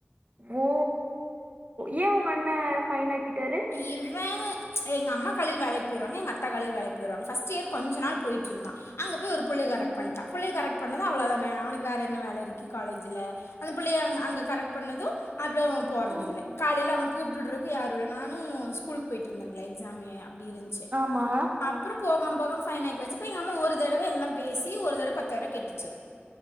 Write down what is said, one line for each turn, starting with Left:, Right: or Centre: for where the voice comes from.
Right: ஓ ஏ உங்க அண்ணே ஃபைனாக்கிட்டாரு
Left: இவே எங்க அம்மா காலில் வேலைக் போயிருவாங்க எங்க அத்த காலைல் வேலைக் போய்ருவாங்க‌ ஃபஸ்ட் இயர் கொஞ்ச நாள் போயிட்ருந்தா அங்கே போய் ஒரு புள்ளய கரெக்
Right: ம்
Left: பண்ட்டா புள்ளய கரக்ட் பண்ணது அவ்வளதான அவனுக்கு வேறென்ன வேல இருக்கு காலேஜில்ல அந்த புள்ளய அ அங்க
Right: ம்
Left: கரெக்ட் பண்ணது அப்றோ போறதில்ல
Right: ம்
Left: காலில அவனுக் கூப்ட் உட்றக்கு யாருல்ல நானு ஸ்கூலுக்கு போயிட்ருந்தேல எக்ஸாமு அப்டி இருந் ச்சு
Right: ஆமா
Left: அப்புறோ போகாம் போகாம் ஃபைன் ஆக்கி வெச்சு அப்ப எங்க அம்மா ஒரு தடவ எல்லாம் பேசி ஒரு தடவ பத்தாய்ருவ கட்டுச்சு